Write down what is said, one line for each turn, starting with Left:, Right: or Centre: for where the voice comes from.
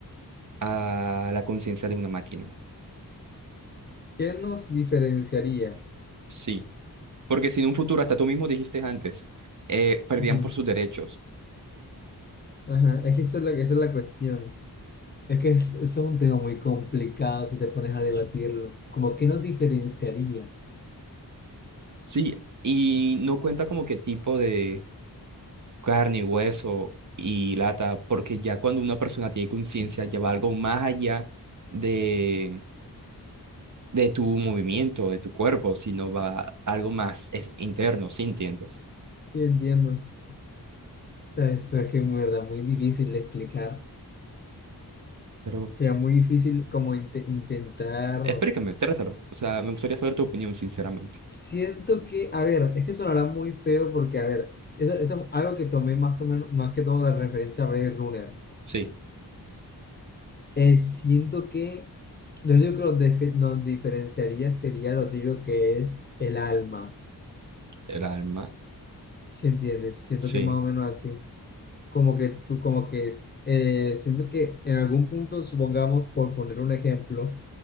Right: a la conciencia de una máquina?
Left: ¿Qué nos diferenciaría?
Right: Sí. Porque si en un futuro, hasta tú mismo dijiste antes, eh, perdían
Left: Ujú,
Right: por sus derechos.
Left: Ajá, es que esa es la, esa es la cuestión. Es que es, eso es un tema muy complicado si te pones a debatirlo. Como qué nos diferenciaría.
Right: Sí, y no cuenta como qué tipo de carne, hueso y lata, porque ya cuando una persona tiene conciencia, ya va algo más allá de, de tu movimiento, de tu cuerpo, sino va algo más es- interno, ¿sí entiendes?
Left: Sí, entiendo. O sea, es, fue que en verdad muy difícil de explicar.
Right: Pero
Left: Sería muy difícil como inte- intentar.
Right: explícame, trátalo. O sea, me gustaría saber tu opinión, sinceramente.
Left: Siento que, a ver, es que sonará muy feo porque, a ver, esto, esto es algo que tomé más, que menos- más que todo de referencia a Blade Runner.
Right: Sí,
Left: Eh, siento que lo único que nos, defe- nos diferenciaría sería lo tibio que es el alma,
Right: el alma,
Left: si entiendes? Siento
Right: sí.
Left: que más o menos así. Como que tú, como que es, eh, siento que en algún punto, supongamos, por poner un ejemplo,